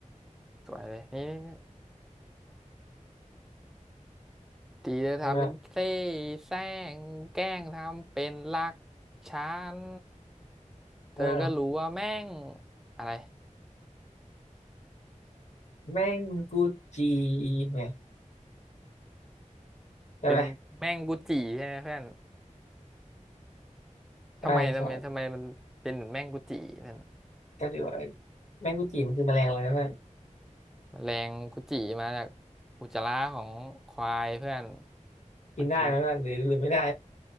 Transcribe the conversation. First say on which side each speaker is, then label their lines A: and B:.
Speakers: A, in the centre; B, on the left.
A: สวยเลยนี่นี่นี่ตีเลยทำเป็นเซ่
B: แล้วแบบ
A: แซงแกล้งทำเป็นรักฉันเธอก็รู้ว่าแม่ง
B: อ้าว
A: อะไร
B: แมงกุจีเนี่ยใช่ไหม
A: เป็นแม่งกุจิใช่ไหมเพื่อน
B: ใช่ใช่
A: ทำไมทำไมทำไมมันเป็นเหมือนแม่งกุจินั่น
B: ก็คือว่าแมงกุจีมันคือแมลงอะไรนะเพื่อน
A: แมลงกุจิมาจากอุจจาระของควายเพื่อน
B: กินได้ไหมเพื่อนหรือหรือไม่ได้
A: มากิน